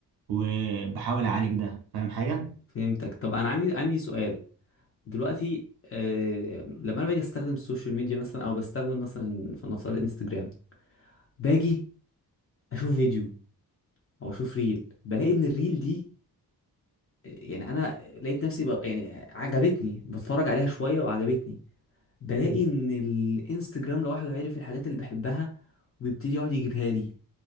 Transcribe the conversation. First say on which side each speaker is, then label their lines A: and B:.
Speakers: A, on the right; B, on the left.
A: وبحاول أعالج ده فاهم حاجة؟
B: فهمتك طب انا عندي عندي سؤال دلوقتي آه لما انا باجي استخدم السوشيال ميديا مثلا او بستخدم مثلا فلنفترض انستجرام باجي اشوف فيديو او اشوف ريل بلاقي ان الريل دي يعني انا لقيت نفسي بقى يعني عجبتني بتفرج عليها شويه وعجبتني بلاقي
A: مم.
B: ان الانستجرام لوحده عرف الحاجات اللي بحبها وبيبتدي يقعد يجيبها لي